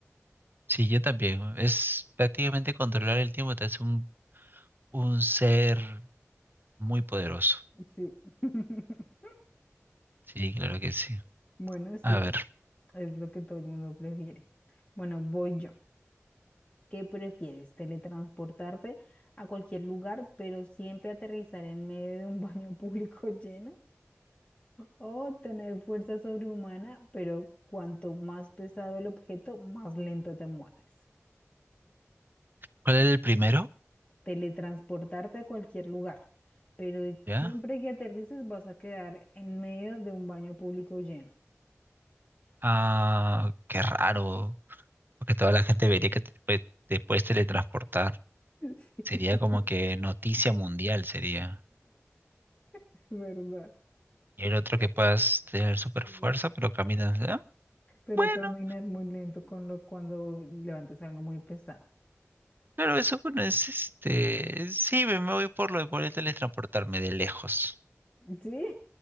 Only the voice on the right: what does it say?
Sí, yo también. Es prácticamente controlar el tiempo, te hace un, un ser muy poderoso.
Sí, claro que sí.
A ver,
¿cuál era el primero?
¿Ya?
Ah, qué raro, porque toda la gente vería que te, pue- te puedes teletransportar.
Sería como que noticia mundial sería.
Y el otro que puedas tener super
fuerza, pero caminas. ah,
bueno,
claro, eso bueno, es este. Sí, me, me voy por lo de poder teletransportarme de lejos.